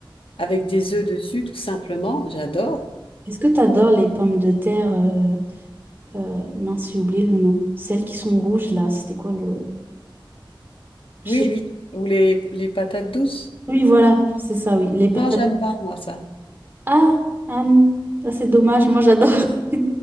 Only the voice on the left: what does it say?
avec des œufs dessus, tout simplement. J'adore.
Oui, vite. Ou les, les patates douces.
Non, j'aime
pas, moi, ça.